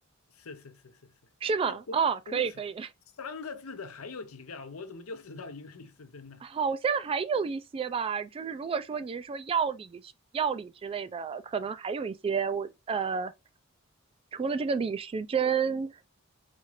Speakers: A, on the left (about 80°); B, on the right (about 25°).
A: 是是是是是。
B: 是吗？
A: 那怎么怎么还三个字的还有几个啊？
B: 哦，可以可以，
A: 我怎么就知道一个李时珍呢？
B: 好像还有一些吧，就是如果说你是说药理、药理之类的，可能还有一些我呃，除了这个李时珍，